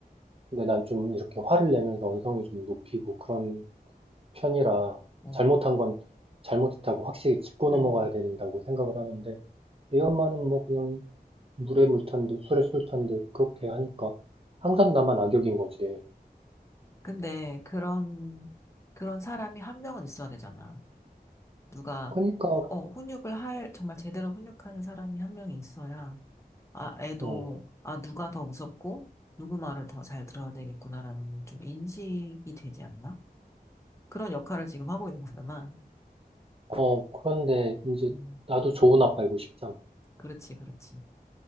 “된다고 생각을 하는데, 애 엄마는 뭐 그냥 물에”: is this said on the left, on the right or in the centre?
Right